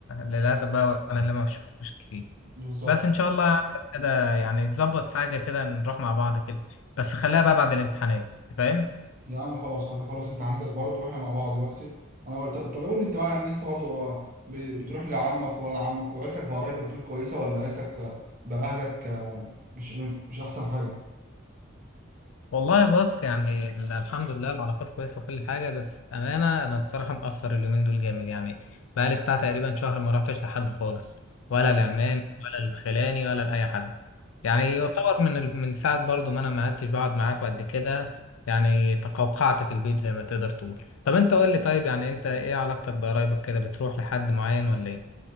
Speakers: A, on the left (about 85°); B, on the right (about 45°).
A: للاسف بقى انا اللي ما بشوفكوش كتير
B: بالظبط.
A: بس ان شاء الله هعمل كده يعني تظبط حاجه كده نروح مع بعض كده بس خليها بقى بعد الامتحانات أنت فاهم
B: يا عم خلاص هتخلص امتحاناتك برضه واحنا مع بعض بس انا قلت طب قول لي انت بقى يعني لسه برضه قرا- ب- بتروح لعمك وولاد عمك وعيلتك بقرايبك دول كويسه ولا عيلتك آه، باهلك آه، مش مش احسن حاجه
A: والله بص يعني ال- الحمد لله العلاقات كويسه وكل حاجه بس امانه انا الصراحه مقصر اليومين دول جامد يعني بقالي بتاع تقريبا شهر ما رحتش لحد خالص ولا
B: ايوه
A: العمام ولا الخلاني ولا لاي حد يعني يعتبر من ال- من ساعه برضو ما انا ما عدتش بقعد معاك قد كده يعني تقوقعت في البيت زي ما تقدر تقول طب انت قول لي طيب يعني انت ايه علاقتك بقرايبك كده بتروح لحد معين ولا ايه